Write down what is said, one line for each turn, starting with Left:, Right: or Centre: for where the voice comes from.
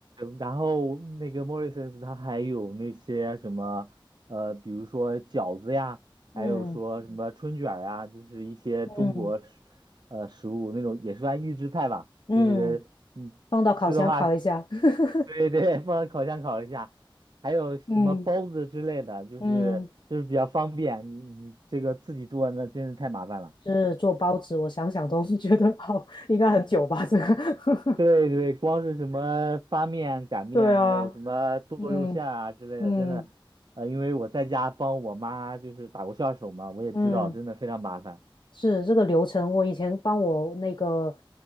Right: 然后那个 Morrisons 它还有那些什么，呃，比如说饺子呀，
Left: 嗯
Right: 还有说什嗯么春卷儿啊，就是一些中国食呃，
Left: 嗯
Right: 食物那种也算预制菜吧，
Left: 嗯，
Right: 就是嗯吃的话，
Left: 放到烤箱烤一下，<laughs>
Right: 对对，放烤箱烤一下，还有什么包子之类的，
Left: 嗯
Right: 就是就是比较方便，
Left: 嗯，
Right: 你你这个自己做那真是太麻烦了。
Left: 是做包子，我想想都是觉得好，应该很久吧，这个。<laughs>
Right: 对对，光是什么发面、擀面，
Left: 对啊，
Right: 还有什么剁肉馅儿啊之类的，
Left: 嗯嗯
Right: 真的，呃，因为我在家帮我妈就是打过下手嘛，我也知道，
Left: 嗯，
Right: 真的非常麻烦。
Left: 是这个流程。我以前帮我那个